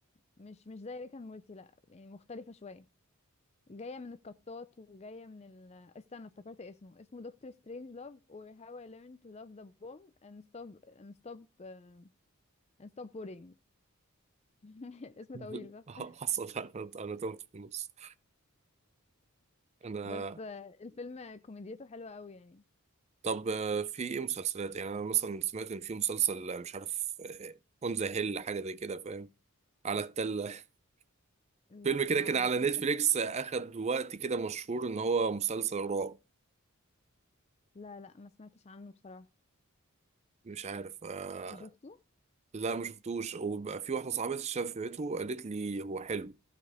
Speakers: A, on the left; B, on the right.
A: مش مش زي ريكان مورتي لا يعني مختلفة شوية جاية من القطات وجاية من ال استنى افتكرت اسمه اسمه دكتور سترينج لاف or how I learned to love the bomb and stop and stop آه، and stop worrying <laughs> الاسم
B: <laughs>
A: طويل
B: حصل
A: صح
B: انا أنا تهت في النص انا
A: بس آه، الفيلم كوميديته حلوة قوي يعني
B: طب آه، في ايه مسلسلات يعني انا مثلا سمعت ان في مسلسل آه، مش عارف اون ذا هيل حاجه زي كده فاهم على التله <laughs>
A: لا
B: فيلم كده
A: ما
B: كان
A: اعرفوش
B: على نتفليكس
A: ده
B: آه، اخد وقت كده مشهور ان هو مسلسل رعب
A: لا لا ما سمعتش عنه بصراحة
B: مش عارف آه
A: أنت شفته
B: لا ما شفتوش وبقى في واحده صاحبتي شافته قالت لي هو حلو